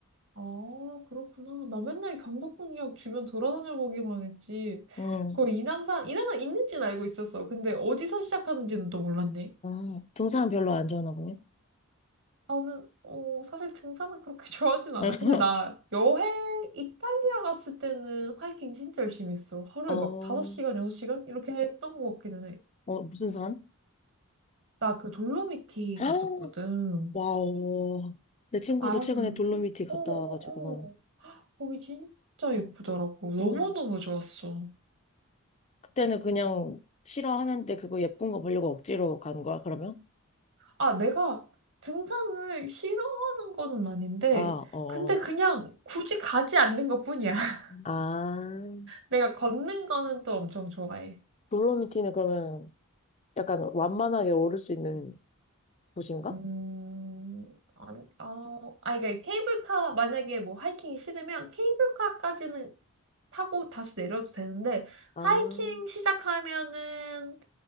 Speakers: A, on the right; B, on the left.
A: 아, 그렇구나. 나 맨날 경복궁역 주변 돌아다녀 보기만 했지.
B: 응,
A: 그 인왕산, 인왕산 있는지는 알고 있었어. 근데 어디서 시작하는지는 또 몰랐네.
B: 음, 등산 별로 안 좋아하나 보네.
A: 나는 어, 사실 등산은 그렇게 <laughs> 좋아하진 않아.
B: <laughs>
A: 근데 나 여행 이탈리아 갔을 때는 하이킹 진짜 열심히 했어. 하루에
B: 어,
A: 막 5시간, 6시간 이렇게 했던 것 같기는 해.
B: 어, 무슨 산?
A: 나 그 돌로미티
B: <gasps>
A: 갔었거든.
B: 와우. 내 친구도
A: 알아,
B: 최근에
A: 돌로미티?
B: 돌로미티 갔다
A: 어어어.
B: 와가지고.
A: 거기 진짜 예쁘더라고.
B: 음.
A: 너무너무
B: 그러네.
A: 좋았어.
B: 그때는 그냥 싫어하는데 그거 예쁜 거 보려고 억지로 간 거야, 그러면?
A: 아, 내가 등산을 싫어하는 거는 아닌데,
B: 아, 어.
A: 근데 그냥 굳이 가지 않는 것뿐이야. <laughs>
B: 아,
A: 내가 걷는 거는 또 엄청 좋아해.
B: 돌로미티는 그러면 약간 완만하게 오를 수 있는 곳인가?
A: 음, 아니, 어, 아니, 그러니까 케이블카, 만약에 뭐 하이킹이 싫으면 케이블카까지는 타고 다시 내려도 되는데,
B: 아,
A: 하이킹 시작하면은